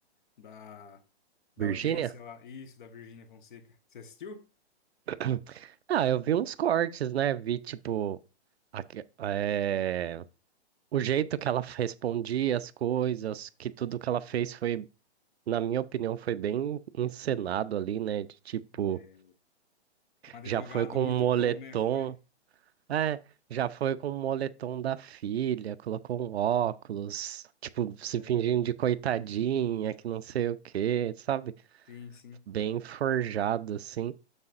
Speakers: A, on the left; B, on the right.
A: da, da
B: Virgínia?
A: audiência lá. Isso, da Virgínia Fonseca. Você assistiu?
B: <coughs> <clears throat> Ah, eu vi uns cortes, né? Vi, tipo, aque- é, o jeito que ela respondia as coisas, que tudo que ela fez foi, na minha opinião, foi bem encenado ali, né? De tipo,
A: É, um advogado
B: já foi com
A: muito
B: um moletom
A: bom, né? Foi.
B: É, já foi com o moletom da filha, colocou um óculos, tipo, se
A: É,
B: fingindo de coitadinha, que não sei o quê, sabe?
A: sim, sim.
B: Bem forjado, assim.